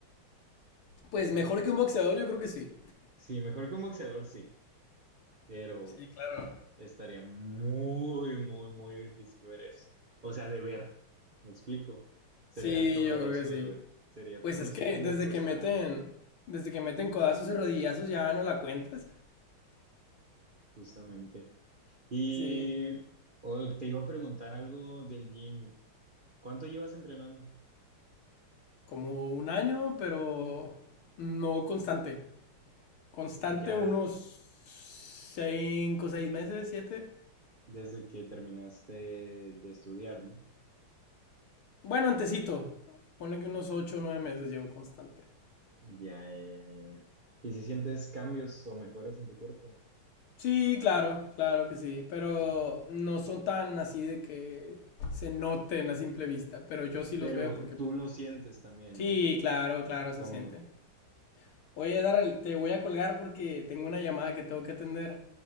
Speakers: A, on the left (about 80°); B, on the right (about 45°).
A: Pues
B: Pésimo.
A: mejor que un boxeador, yo creo que sí.
B: Sí, mejor que un boxeador, sí, pero
A: Sí, claro.
B: estaría muy, muy, muy difícil ver eso. O sea, de ver, ¿me explico? Sería
A: Sí,
B: doloroso
A: yo creo que sí.
B: de ver, sería
A: Pues
B: frus-
A: es que
B: como
A: desde
B: frustrante,
A: que meten, desde que meten codazos y rodillazos ya no la cuentas.
B: justamente. Y
A: Sí,
B: oh, te iba a preguntar algo del gym. ¿Cuánto llevas entrenando?
A: Como un año, pero no constante. Constante
B: Ya
A: unos cinco, seis meses, siete.
B: desde que terminaste de estudiar, ¿no?
A: Bueno, antesito. Ponle que unos ocho o nueve meses llevo constante.
B: Ya, ya, ya, ya. ya. ¿Y si sientes cambios o mejoras en tu cuerpo?
A: Sí, claro, claro que sí. Pero no son tan así de que se noten a simple vista. Pero yo sí los
B: Pero
A: veo porque...
B: tú lo sientes también,
A: Sí,
B: ¿no?
A: claro, claro,
B: Supongo.
A: se sienten. Oye, Darrell, te voy a colgar porque tengo una llamada que tengo que atender.